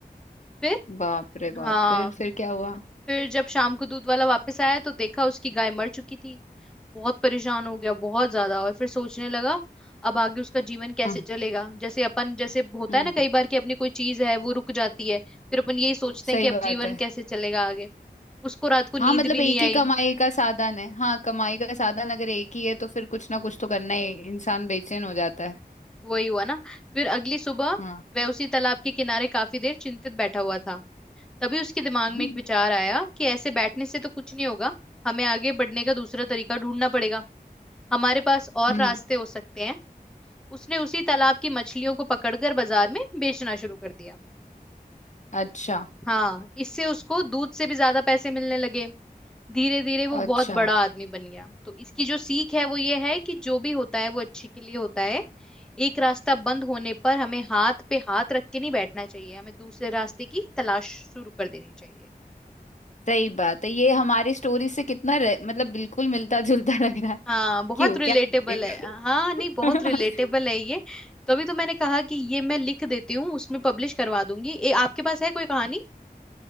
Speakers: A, in the centre; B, on the left.
A: फिर
B: बाप रे बाप
A: हाँ
B: फिर फिर क्या हुआ
A: फिर जब शाम को दूध वाला वापस आया तो देखा उसकी गाय मर चुकी थी बहुत परेशान हो गया बहुत ज्यादा और फिर सोचने लगा अब आगे उसका जीवन कैसे
B: हम्म
A: चलेगा जैसे अपन जैसे होता
B: हम्म
A: है ना कई बार कि अपनी कोई चीज है वो रुक जाती है फिर अपन यही सोचते
B: सही
A: हैं कि अब
B: बात
A: जीवन
B: है
A: कैसे चलेगा आगे उसको रात को नींद
B: हाँ मतलब
A: भी
B: एक
A: नहीं आई
B: ही कमाई का साधन है हाँ कमाई का साधन अगर एक ही है तो फिर कुछ ना कुछ तो करना ही इंसान बेचैन हो जाता है
A: वही हुआ ना फिर अगली सुबह
B: हाँ
A: वह उसी तालाब के किनारे काफी देर चिंतित बैठा हुआ था तभी उसके दिमाग
B: <clears throat>
A: में एक विचार आया कि ऐसे बैठने से तो कुछ नहीं होगा हमें आगे बढ़ने का दूसरा तरीका ढूंढना पड़ेगा हमारे पास और
B: हम्म
A: रास्ते हो सकते हैं उसने उसी तालाब की मछलियों को पकड़कर बाजार में बेचना शुरू कर दिया
B: अच्छा
A: हाँ इससे उसको दूध से भी ज्यादा पैसे मिलने लगे धीरे धीरे वो
B: अच्छा
A: बहुत बड़ा आदमी बन गया तो इसकी जो सीख है वो ये है कि जो भी होता है वो अच्छे के लिए होता है एक रास्ता बंद होने पर हमें हाथ पे हाथ रख के नहीं बैठना चाहिए हमें दूसरे रास्ते की तलाश शुरू कर देनी चाहिए
B: सही बात है ये हमारी स्टोरी से कितना रे- मतलब बिल्कुल मिलता जुलता लग रहा है
A: हाँ बहुत
B: क्यों
A: रिलेटेबल
B: क्या बोलते
A: है हाँ नहीं
B: हो?
A: बहुत
B: <laughs>
A: रिलेटेबल है ये तो अभी तो मैंने कहा कि ये मैं लिख देती हूँ उसमें पब्लिश करवा दूंगी ए, आपके पास है कोई कहानी